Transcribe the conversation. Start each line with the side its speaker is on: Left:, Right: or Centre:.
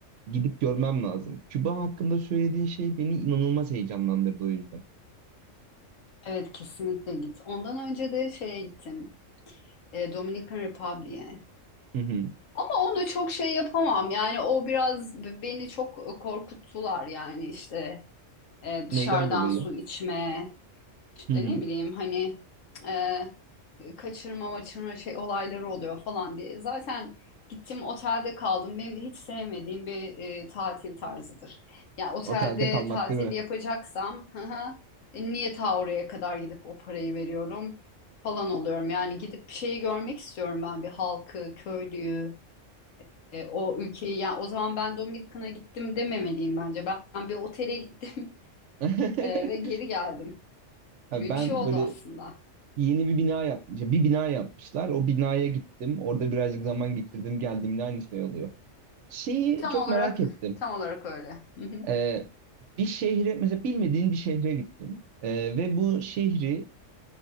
Right: Gidip görmem lazım. Küba hakkında söylediğin şey beni inanılmaz heyecanlandırdı o yüzden.
Left: Evet kesinlikle git. Ondan önce de şeye gittim. E, Dominican Republic'e.
Right: Hı hı.
Left: Ama onu çok şey yapamam. Yani o biraz b- beni çok e, korkuttular. Yani işte e, dışarıdan
Right: Neyden dolayı?
Left: su içme, İşte
Right: Hı hı.
Left: ne bileyim hani e, kaçırma maçırma şey olayları oluyor falan diye. Zaten gittim otelde kaldım. Benim de hiç sevmediğim bir e, tatil tarzıdır. Ya otelde
Right: Otelde kalmak
Left: tatil
Right: değil mi?
Left: yapacaksam <laughs> hı hı, e, niye ta oraya kadar gidip o parayı veriyorum falan oluyorum. Yani gidip bir şeyi görmek istiyorum ben bir halkı, köylüyü. e, o ülkeyi yani o zaman ben Dominikan'a gittim dememeliyim bence. Ben, ben bir otele gittim
Right: <laughs>
Left: <laughs> e, ve geri geldim
Right: Abi
Left: gibi
Right: Ben
Left: bir şey oldu
Right: böyle
Left: aslında.
Right: yeni bir bina yapmış, bir bina yapmışlar. O binaya gittim. Orada birazcık zaman geçirdim. Geldiğimde aynı şey oluyor. Şeyi
Left: Tam
Right: çok
Left: olarak
Right: merak ettim.
Left: tam olarak öyle. Hı hı.
Right: Ee, bir şehre, mesela bilmediğin bir şehre gittin. Ee, ve bu şehri